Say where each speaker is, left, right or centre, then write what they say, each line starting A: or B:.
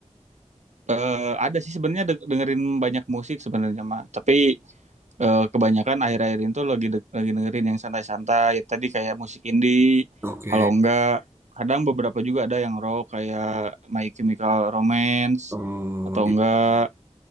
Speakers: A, on the right; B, on the right.
A: eh, ada sih sebenarnya de- dengerin banyak musik sebenarnya mah tapi eh, kebanyakan akhir-akhir itu lagi de- lagi dengerin yang santai-santai tadi kayak musik indie
B: Oke,
A: kalau enggak kadang beberapa juga ada yang rock kayak My Chemical Romance
B: oh,
A: atau enggak
B: gitu.